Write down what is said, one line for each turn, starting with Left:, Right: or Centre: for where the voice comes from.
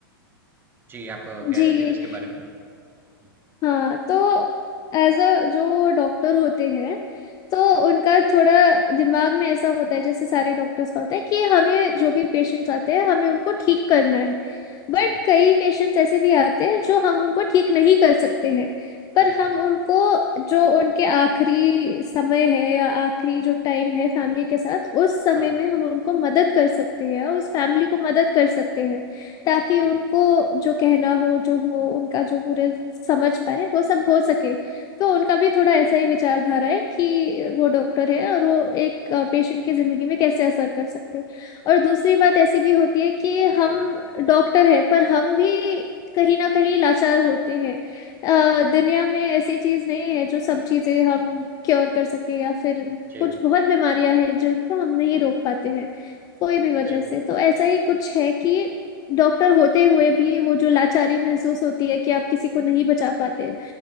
Right: जी, आप अ, कह
Left: जी
Right: रहे थे उसके बारे में? हुँ,
Left: हाँ तो एज अ जो डॉक्टर होते हैं तो
Right: जी,
Left: उनका थोड़ा दिमाग में ऐसा होता है जैसे सारे डॉक्टर्स का होता है कि हमें जो भी पेशेंट्स आते हैं हमें उनको ठीक करना है बट
Right: जी,
Left: कई पेशेंट्स ऐसे भी आते हैं जो हम उनको ठीक नहीं कर सकते हैं पर
Right: बिल्कुल,
Left: हम उनको जो उनके आखिरी समय है या आखिरी जो टाइम है फैमिली के साथ उस समय
Right: हाँ,
Left: में हम उनको मदद कर सकते हैं उस फैमिली को मदद कर सकते हैं ताकि
Right: जी,
Left: उनको जो कहना हो जो हो उनका जो पूरे समझ पाए वो सब हो सके तो उनका भी थोड़ा ऐसा ही विचारधारा है कि वो डॉक्टर है और वो एक पेशेंट की जिंदगी में कैसे असर कर सकते हैं और दूसरी बात ऐसी भी होती है कि हम
Right: जी,
Left: डॉक्टर है पर हम भी कहीं ना कहीं लाचार होते हैं अ, दुनिया में ऐसी चीज नहीं है जो सब चीजें हम क्योर कर सके या फिर
Right: जी,
Left: कुछ बहुत बीमारियां हैं जिनको हम नहीं रोक पाते हैं कोई भी वजह
Right: बिल्कुल,
Left: से तो ऐसा ही कुछ है कि डॉक्टर होते हुए भी वो जो लाचारी महसूस होती है कि आप किसी को नहीं बचा पाते